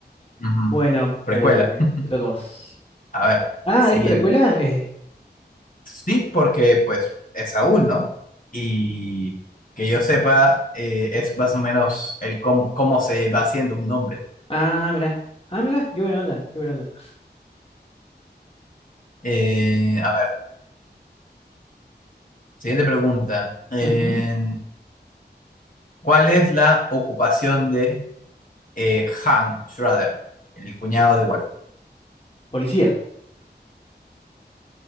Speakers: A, on the left; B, on the left.
A: Ujú.
B: Bueno,
A: Precuela.
B: eh, te toca a vos.
A: <laughs> A ver,
B: Ah,
A: la siguiente.
B: ¿es precuela? Eh,
A: Sí, porque pues es Saúl, ¿no? Y que yo sepa, eh, es más o menos el cómo, cómo se va haciendo un nombre.
B: ah, mirá, ah, mirá, qué buena onda, qué buena onda.
A: Eh, a ver, siguiente pregunta. Eh,
B: Ujú.
A: ¿cuál es la ocupación de eh, Han Schrader, el cuñado de Walter?
B: Policía.